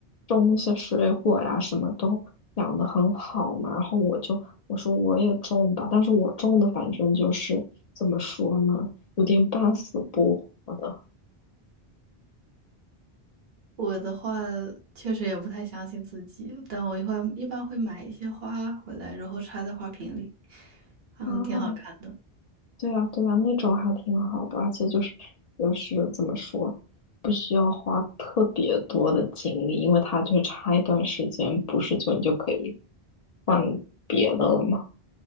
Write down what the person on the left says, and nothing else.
种那些水果呀，什么都养得很好嘛，然后我就我说我也种吧，但是我种的反正就是怎么说呢，有点半死不活的
啊，对呀对呀，那种还挺好的，而且就是就是怎么说，不需要花特别多的精力，因为它就是插一段时间，不是就你就可以换别的了嘛。